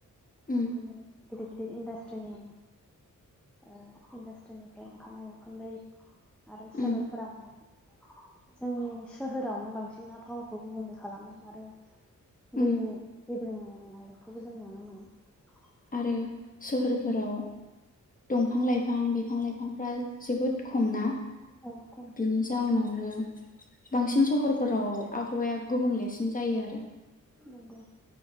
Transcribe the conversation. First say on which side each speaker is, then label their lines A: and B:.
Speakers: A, on the left; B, in the centre.
A: उम
B: बिदिनो गिदिर गिदिर इन्डास्ट्रिनि ओ इन्डास्ट्रिनिफ्राय ओंखारनाय उखुन्दै आरो सोलोबफोरा
A: उम
B: मुं। जोंनि सोहोरावनो बांसिन ना पावखौ मोनयो। खालामो आरो
A: उम
B: दै गेब्रेंनायखौबो जों नुनो मोनो।
A: आरो सोहोरफोराव दंफां लाइफां बिफां लाइफांफ्रा जोबोद खमना।
B: औ खम
A: बिनि जाउनावनो। बांसिन सहरफोराव आबहावाया गुबुंलेसिन जायो आरो।
B: नंगौ